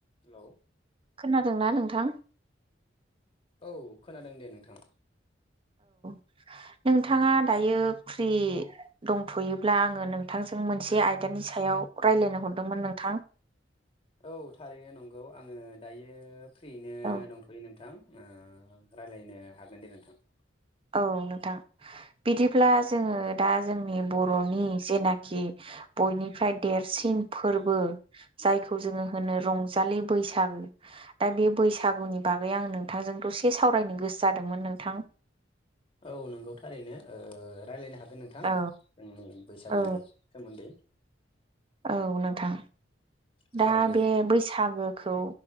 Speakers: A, on the left; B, on the right.
A: Hello
B: खोनादों ना नोंथां?
A: औ खोनादों दे नोंथां
B: <inaudible> नोंथाङा दायो फ्रि दंथ'योब्ला आङो नोंथांजों मोनसे आयदानि सायाव रायलायनो हरदोंमोन नोंथां
A: औ थारैनो नंगौ आङो दायो फ्रियैनो
B: औ
A: दंथ'यो नों नोंथां ओ रायलायनो हागोन दे नोंथां
B: औ नोंथां बिदिब्ला जोङो दा जोंनि बर'नि जेनाखि बयनिफ्राय देरसिन फोरबो जायखौ जोङो होनो रंजा <unintelligible> बैसागो दा बे बैसागुनि बागै आं नोंथांजोंखौ दसे सावरायनो गोसो जादोंमोन नोंथ थां
A: औ नंगौ थारैनो ओ रायलायनो हागोन नोंथां
B: औ
A: जोंनि बैसागुनि
B: औ
A: सोमोन्दै
B: औ नोंथां
A: थारैनो
B: दा बे बैसागोखौ